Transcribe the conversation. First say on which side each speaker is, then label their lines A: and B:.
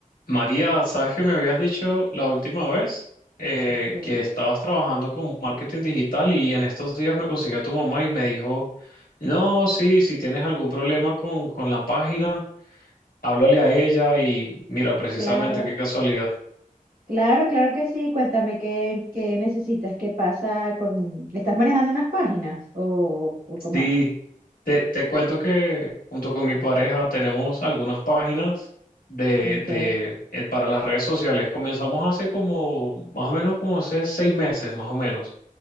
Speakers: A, on the left (about 85°); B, on the right (about 80°).
A: María, ¿sabes que me habías dicho la última vez eh,
B: Ok.
A: que estabas trabajando con marketing digital y en estos días me consiguió tu mamá y me dijo, no, sí, si tienes algún problema con, con la página, háblale a ella y mira, precisamente
B: Claro,
A: qué casualidad.
B: claro, claro que sí. Cuéntame qué, qué necesitas, qué pasa con... ¿Estás manejando unas páginas o, o cómo
A: Sí,
B: es?
A: te, te cuento que junto con mi pareja tenemos algunas páginas de,
B: Ok,
A: de, eh, para las redes sociales. Comenzamos hace como, más o menos como hace seis meses, más o menos.